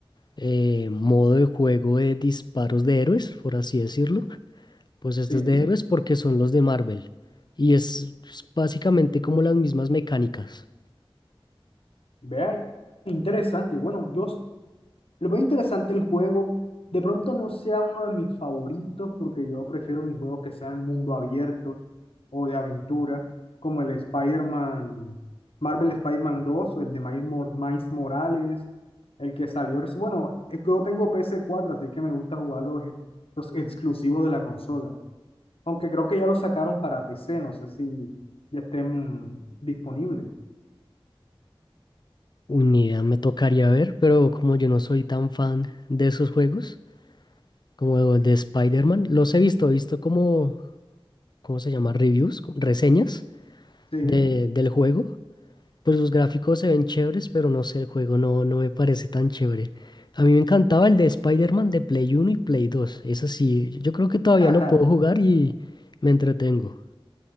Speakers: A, on the left; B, on the left.
A: eh, modo de juego de disparos de héroes, por así decirlo. Pues
B: Sí,
A: este es de héroes porque son los de Marvel. Y es es básicamente como las mismas mecánicas.
B: vea, interesante. Bueno, yo Lo veo interesante el juego. De pronto no sea uno de mis favoritos porque yo prefiero mis juegos que sean mundo abierto o de aventura, como el Spider-Man, Marvel Spider-Man 2 o el de Miles, Mor- Miles Morales, el que salió. reci- Bueno, eh, yo tengo ps cuatro así que me gusta jugar los, ex- los exclusivos de la consola. Aunque creo que ya los sacaron para PC, no sé si ya estén disponibles.
A: Ni idea me tocaría ver, pero como yo no soy tan fan de esos juegos, como el de Spider-Man, los he visto, he visto como, ¿cómo se llama? Reviews, co- reseñas
B: Sí.
A: de, del juego. Pues los gráficos se ven chéveres, pero no sé, el juego no, no me parece tan chévere. A mí me encantaba el de Spider-Man de Play Uno y Play Dos. Es así, yo creo que todavía
B: <laughs>
A: lo puedo jugar y me entretengo.